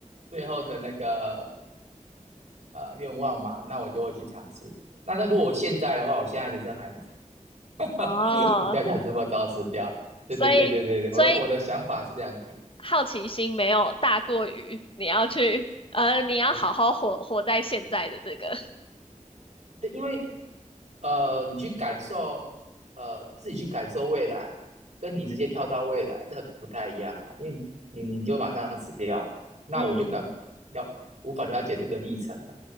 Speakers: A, on the right (about 55°); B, on the left (about 45°).
A: 最后的那个呃愿望嘛，那我就会去尝试。那那如果我现在的话，我现在的真还很惨，
B: 哦，
A: <laughs> 我不要想这么早死掉。对对对对对对，
B: 所以。
A: 我的我的想法是这样子，
B: 所以好奇心没有大过于你要去，呃，你要好好活活在现在的这个
A: 你
B: <laughs>
A: 对，因为呃，你去感受呃自己去感受未来，跟你直接跳到未来这不太一样啊，因为你你就马上死掉，那我就感了无法了解这个历程了。
B: 嗯，